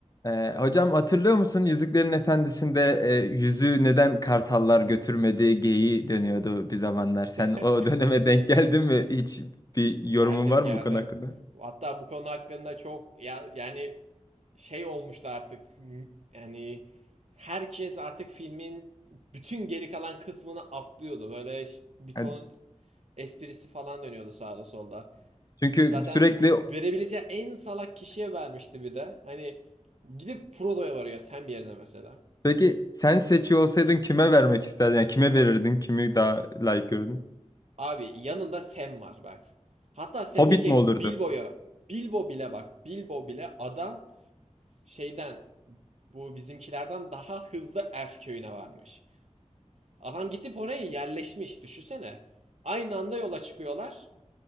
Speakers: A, on the left; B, on the right.
A: Ee, hocam hatırlıyor musun Yüzüklerin Efendisi'nde e, yüzüğü neden kartallar götürmedi geyiği dönüyordu bir zamanlar.
B: <laughs>
A: Sen o döneme denk geldin mi? Hiç bir yorumun
B: Geldim
A: var mı
B: geldim.
A: bu konu hakkında?
B: Hatta bu konu hakkında çok ya, yani şey olmuştu artık. Yani herkes artık filmin bütün geri kalan kısmını atlıyordu. Böyle ş- bir
A: Yani
B: ton esprisi falan dönüyordu sağda solda.
A: çünkü
B: Zaten
A: sürekli
B: verebileceği en salak kişiye vermişti bir de. Hani gidip Frodo'ya varıyor Sam yerine mesela.
A: peki sen seçiyor olsaydın kime vermek isterdin? Yani kime verirdin? Kimi daha layık görürdün?
B: Abi yanında Sam var bak. Hatta Sam'i
A: Hobbit
B: geç
A: mi olurdu?
B: Bilbo'ya. Bilbo bile bak. Bilbo bile adam şeyden bu bizimkilerden daha hızlı Elf köyüne varmış. Adam gidip oraya yerleşmiş düşünsene. Aynı anda yola çıkıyorlar